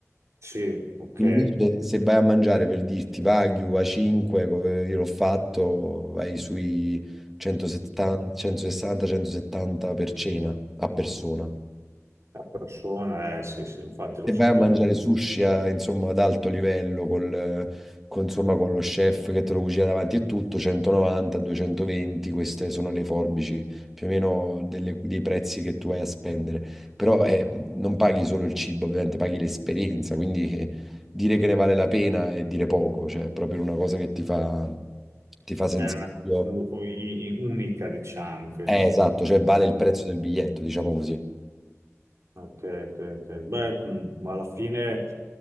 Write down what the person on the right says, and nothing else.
Sì, ok,
la persona, eh, sì, sì, infatti lo
sapevo.
Era una cosa molto i- unica, diciamo, che
Ok, ok, ok. Beh, mh, ma alla fine